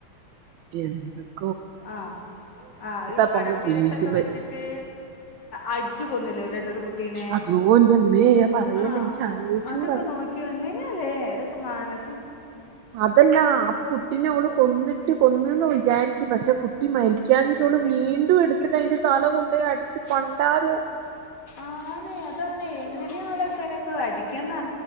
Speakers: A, on the right (about 80°); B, on the left (about 60°).
A: ഉ <unintelligible>
B: ആഹ് ആ ഈ
A: ഇപ്പൊ
B: കടൽത്തീരത്തൊക്കെ
A: നമ്മള് ജീവിക്കുന്നത്
B: വെച്ചിട്ട് അടി ച്ച്കൊന്നില്ലേ. ഒരു കുട്ടീനെ
A: അതോ എന്റെമ്മേ പറയല്ലേ
B: ആ
A: എനിക്ക് ആലോചിച്ചൂട
B: അതൊക്കെ നോക്കി എങ്ങനെയല്ലേ അതൊക്കെ മാന
A: അതല്ലാ അപ്പൊ കുട്ടിനെ അവള് കൊന്നിട്ട് കൊന്നന്ന് വിചാരിച്ച പക്ഷെ കുട്ടി മരിക്കാനഞ്ഞിട്ടുള്ളൂ വീണ്ടും എടുത്തിട്ട് അതിന്റെ തല കൊണ്ട അടിച്ചു പണ്ടാരോ
B: ആനെ അതാണ് എങ്ങനെയ ആളൊക്കെ എനക്ക് അടിക്കാന്ന്